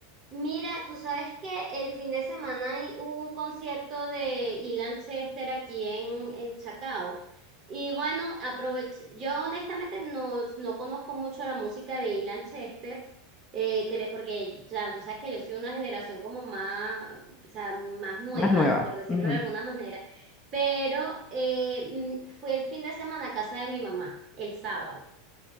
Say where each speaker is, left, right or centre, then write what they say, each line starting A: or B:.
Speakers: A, on the right; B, on the left.
A: Mira, tú sabes que el fin de semana hay- hubo un concierto de Ilan Chester aquí en, en Chacao. Y bueno, aproveché. Yo honestamente no, no conozco mucho la música de Ilan Chester, eh, cre- porque ya tú sabes que yo soy una generación como más, o sea, más nueva,
B: Más nueva.
A: por decirlo
B: ujú.
A: de alguna manera. Pero eh, mm, fue el fin de semana a casa de mi mamá, el sábado.